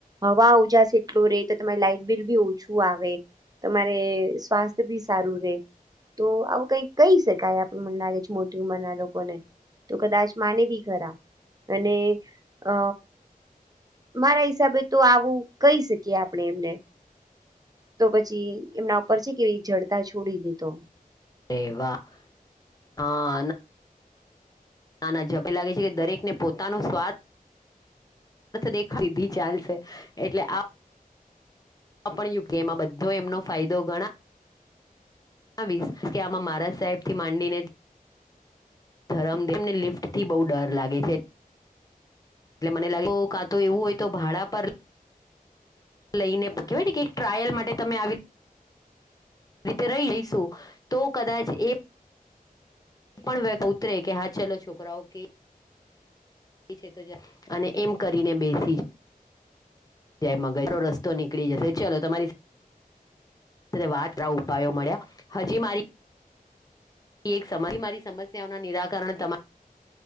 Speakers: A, on the right; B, on the left.
A: હવા ઉજશે એટલું રે તો તમારી લાઈટ બિલ બી ઓછું આવે. તમારે સ્વાસ્થ્ય ભી સારું રે. તો આવું કઈ કહી શકાય આપડ મને લાગે છે મોટી ઉંમર ના લોકોને. તો કદાચ માને બી ખરા અને અ મારા હિસાબે તો આવું કહી શકીએ આપણે એમને તો પછી એમના ઉપર છે કેવી જડતા છોડી દીધો.
B: એવા હા નાના ઝબે લાગે છે કે દરેકને પોતાનો સ્વાદ ર્થ દેખીધી ચાલશે એટલે આ પણ યુકેમાં બધો એમનો ફાયદો ઘણા વીશ કે આમા મહારાજ સાહેબથી માંડીને ધરમદેને લિફ્ટથી બહુ ડર લાગે છે. એટલે મને લાગે કાં તો એવું હોય તો ભાડા પર લઈને પ કેવાય ને કે એક ટ્રાયલ માટે તમે આવી રીતે રઈ લઈશુ તો કદાચ એ <unintelligible> એ પણ વે ઉતરે કે હા ચલો છોકરાઓ કે <unintelligible> છે તો છે અને એમ કરીને બેસી જ મગજનો રસ્તો નીકળી જશે ચાલો તમારી વાત ઉપાયો મળ્યા હજી મારી એક સમ મારી સમસ્યાઓના નિરાકરણ તમા